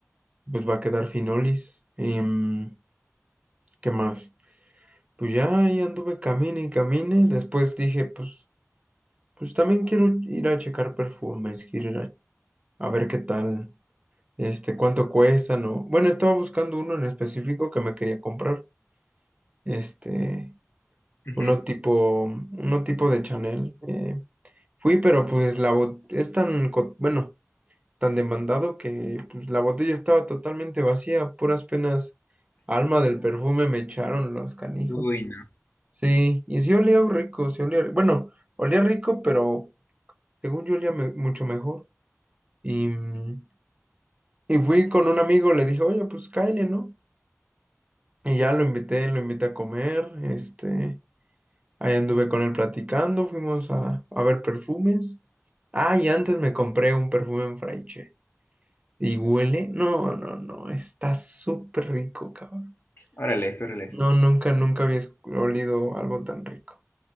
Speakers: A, on the right; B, on the left.
A: Pues va a quedar finolis. Em, ¿qué más? Pues ya ahí anduve camine y camine, después dije, pues, pues también quiero ir a checar perfumes, quiero ir a, a ver qué tal. este, cuánto cuestan o... Bueno, estaba buscando uno en específico que me quería comprar, este,
B: Ujú.
A: uno tipo, uno tipo de Chanel. eh, fui, pero pues la bot- es tan, co- bueno, tan demandado que pues la botella estaba totalmente vacía, puras penas alma del perfume me echaron los canijos.
B: Uy, no.
A: Sí, y sí olía rico, sí olía, bueno, olía rico, pero según yo olía me- mucho mejor. Y, mm, y fui con un amigo, le dije, oye, pues cáile, ¿no? Y ya lo invité, lo invité a comer, este, ahí anduve con él platicando, fuimos a, a ver perfumes. Ah, y antes me compré un perfume en Fraiche. ¿Y huele? No, no, no, está súper rico, cabrón.
B: Órale, órale.
A: No, nunca, nunca había esc- olido algo tan rico.